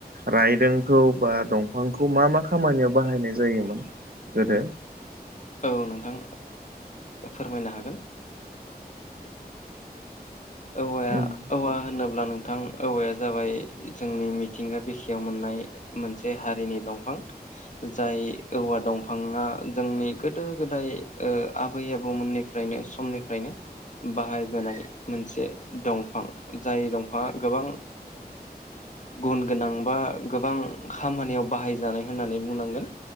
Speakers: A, on the right (about 70°); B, on the left (about 50°).
A: रायदोंखौ बा दंफांखौ मा मा खामानियाव बाहायनाय जायोमोन गोदो
B: औ नोंथां फोरमायनो हागोन औवाया
A: उम
B: औवा होन अब्ला नोंथां औवाया जाबाय जोंनि मिथिंगा बिखायाव मोननाय मोनसे हारिनि दंफां जाय औवा दंफाङा जोंनि गोदो गोदाय आबै आबौमोननि फ्रायनो समनिफ्रायनो बाहायबोनाय मोनसे दंफां जाय दंफाङा गोबां गुन गोनां बा गोबां खामानियाव बाहायजानाय होननानै बुंनांगोन